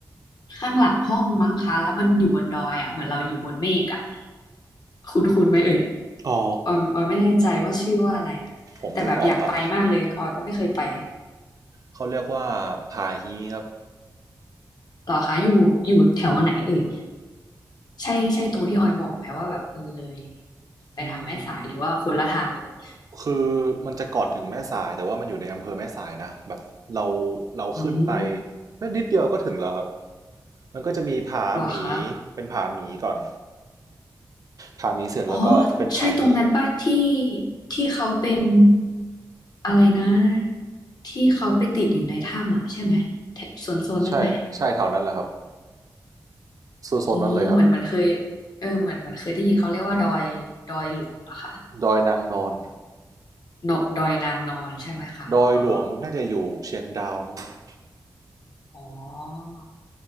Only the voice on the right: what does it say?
อ๋อ
ผมนึกออกละเขาเรียกว่าผาฮีครับ
อืม คือมันจะก่อนถึงแม่สายแต่ว่ามันอยู่ในอำเภอแม่สายนะแบบเราเราขึ้นไป
แป๊บนิดเดียวก็ถึงแล้วครับมันก็จะมีผาหมี
เป็นผาหมีก่อนผาหมีเสร็จแล้วก็เป็นผาฮี
ใช่ใช่แถวนั้นแหละครับโซนนั้นเลยครับ
ดอยนางนอน
ดอยหลวงน่าจะอยู่เชียงดาวมั้งครับ